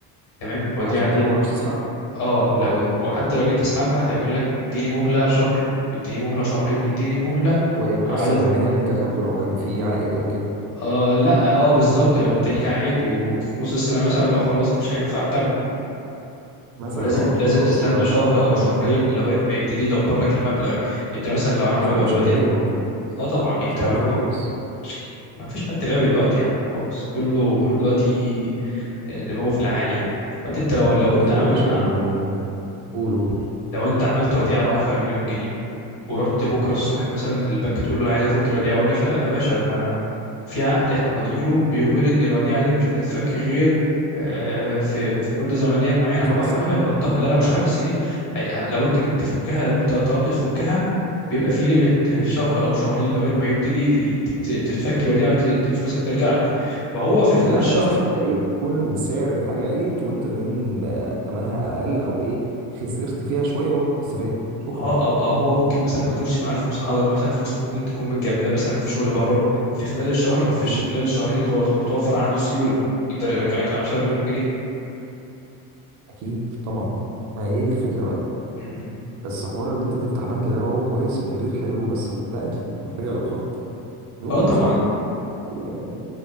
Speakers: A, on the left; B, on the right.
A: تمام الوديعة
B: عشان
A: دي
B: طبعا ما تعرفش تسحب
A: اه
B: طبعا
A: لو وحتى لو جيت تسحبها هيقول لك اديني مهلة شهر اديني مهلة شهرين اديني مهلة
B: وهيتكسر
A: عدد
B: منها اللي انت اخدته لو كان فيه عائد او كده
A: آه لا اه بالظبط لو انت ليك عائد وفي نص السنة مثلا لا خلاص مش هينفع تاخده
B: مثلا
A: ولازم
B: اه
A: لازم
B: خلاص
A: تستنى
B: هو
A: شهر او
B: امم
A: شهرين لغايه ما يبتدي يدبر لك المبلغ انت مثلا لو عامل
B: بس هم
A: وديعه
B: مش اغبياء برضه
A: اه طبعا انت
B: مش اغبياء
A: لو عامل
B: خالص
A: <sniffs> ما فيش حد غبي دلوقتي يا عم خالص كله كله دلوقتي آه، دماغه في العالي يعني دلوقتي انت لو لو انت
B: ايوه
A: عامل
B: يا باشا
A: آه،
B: يعني قول قول
A: لو انت عملت وديعه ب 10 مليون جنيه ورحت بكره الصبح مثلا للبنك تقول له انا عايز افك الوديعه اقول لك لا يا باشا انا في عقد احنا ماضيينه بيقول ان الوديعه دي مش هتتفك غير آه، في في مده زمنيه معينه
B: آه، خمس
A: هو هي-
B: سنين
A: هيحطها لا لا مش
B: اه
A: خمس سنين هي- لو انت جيت تفكها لو انت طلبت تفكها بيبقى في ليميت شهر او شهرين لغايه ما يبتدي ت- تتفك الوديعه وفلوسك ترجع لك فهو في خلال
B: بمعنى
A: الشهر
B: الاساس كده يكون سعر الحاجه عليت وانت المليون بقى ثمنها اقل او ايه خسرت فيها شويه هو استفاد شكرا
A: اه او او هو ممكن مثلا ما تكونش معاه الفلوس حاضر مثلا فلوس ممكن تكون متجمده مثلا في شغل بره في خلال الشهر او في
B: اكيد
A: ش- خلال الشهرين يتو- يتوفر عنده سيوله يقدر يرجع لك ال 10 مليون جنيه
B: اكيد طبعا ما هي دي الفكره بقى
A: م- م.
B: بس حوار ان انت تفتح بنك ده هو كويس وكارير حلو بس لا انت محتاج علاقات من وجهه
A: اه طبعا
B: نظري يعني